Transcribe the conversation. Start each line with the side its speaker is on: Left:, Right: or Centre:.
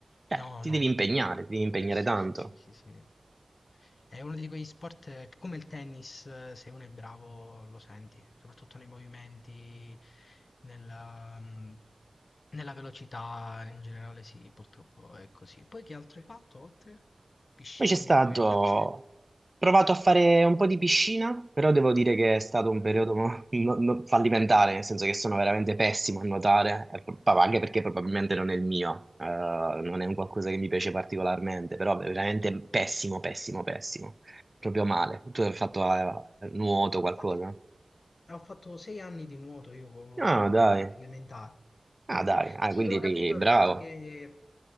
Right: cioè,
Left: No,
Right: ti
Left: no,
Right: devi impegnare,
Left: è
Right: ti devi impegnare
Left: diverso,
Right: tanto.
Left: sì, sì, sì, sì. È uno di quegli sport eh, che come il tennis, eh, se uno è bravo lo senti, soprattutto nei movimenti, nella, mm, nella velocità, in generale sì, purtroppo è così. Poi che altro hai fatto oltre? Piscina,
Right: Poi c'è stato,
Left: magari
Right: ho
Left: calcetto.
Right: provato a fare un po' di piscina, però devo dire che è stato un
Left: Bello.
Right: periodo
Left: Ho
Right: mo- no- no- fallimentare, nel senso che sono veramente pessimo a nuotare, e pro- pa- anche perché probabilmente non è il mio, eh, non è un qualcosa che mi piace particolarmente, però veramente pessimo, pessimo, pessimo, proprio male. Tu hai fatto eh, nuoto qualcosa?
Left: fatto, ho fatto sei anni di nuoto io, co-
Right: Ah, dai,
Left: elementari.
Right: ah, dai, ah,
Left: Sì,
Right: quindi
Left: però
Right: eri
Left: ho capito
Right: bravo.
Left: il fatto che